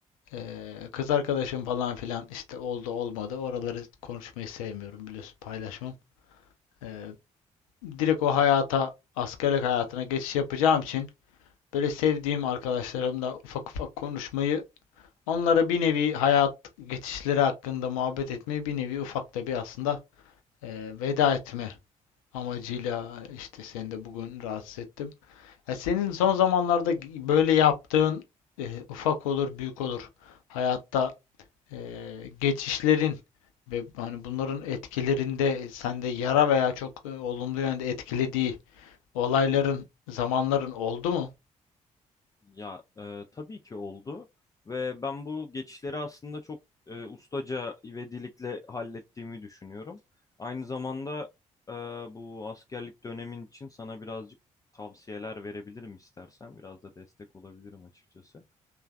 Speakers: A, on the left; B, on the left.
A: Ee, kız arkadaşım falan filan işte oldu olmadı. Oraları konuşmayı sevmiyorum biliyorsun paylaşmam. Ee, direkt o hayata askerlik hayatına geçiş yapacağım için böyle sevdiğim arkadaşlarımla ufak ufak konuşmayı Onlara bir nevi hayat geçişleri hakkında muhabbet etmeye bir nevi ufak da bir aslında e, veda etme amacıyla işte seni de bugün rahatsız ettim. Ya senin son zamanlarda böyle yaptığın e, ufak olur büyük olur hayatta e, geçişlerin ve hani bunların etkilerinde sende yara veya çok e, olumlu yönde etkilediği olayların zamanların oldu mu?
B: Ya e, tabii ki oldu ve ben bu geçişleri aslında çok e, ustaca ivedilikle hallettiğimi düşünüyorum. Aynı zamanda e, bu askerlik dönemin için sana birazcık tavsiyeler verebilirim istersen. Biraz da destek olabilirim açıkçası.